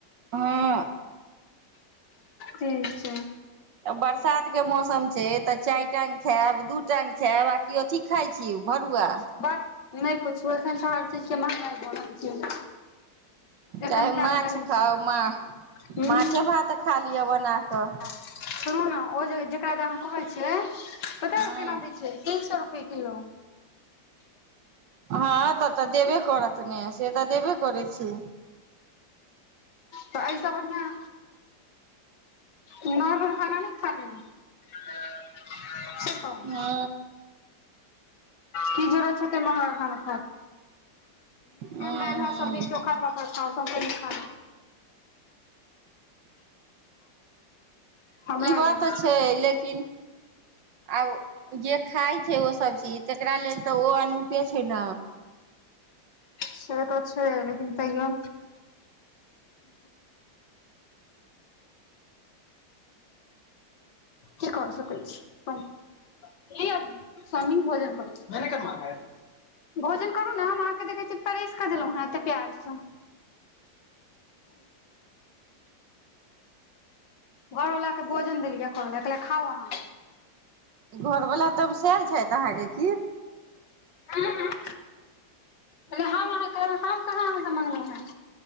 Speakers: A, on the right (about 70°); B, on the left (about 65°).
A: हँ
B: ठीक छै
A: बरसात के मौसम छै तऽ चारि टाइम खैब दू टाइम खैब आ की ओथी खाइ छी भरुआ
B: बाह नहि पुछू एखन सारा चीज के महंगाई बढल छै एखन
A: चाहे
B: खाय
A: माछ
B: वला नहि छै
A: खाउ मा
B: हूं
A: माछे भात खा लिअ बना कऽ
B: सुनू ने ओ जेकरा तऽ अहाँ कहै छियै बता
A: हँ
B: केना दै छियै तीन सौ रुप रुपये किलो
A: हँ तऽ तऽ देबे करत ने से तऽ देबे करै छी
B: तऽ एहिसँ बढ़िया नर्मल खाना ने खा लेते से कहू
A: हँ
B: कि जरूरत छै नार्मल खाना
A: हँ
B: दाल
A: हँ
B: भात सब्जी चोखा पापड़ खाउ सबसँ निक खाना हमरा
A: ई बात
B: लेल
A: तऽ छै लेकिन आब जे खाय छै ओ सब चीज तकरा लेल तऽ ओ अनूपे छै ने
B: से तऽछै लेकिन तयो की कर सकै छी कोन लिय स्वामी भोजन करु भोजन करू ने हम अहाँकेँ देखै छी परस क देलू हँ एते प्यारसँ घरवला के भोजन देलिय कहलिए है खाउ अहाँ
A: घरवला तमसैल छथि अहाँके की
B: अह अह कह हम अहाँ कह हम कहाँ अहाँ से मगलू हं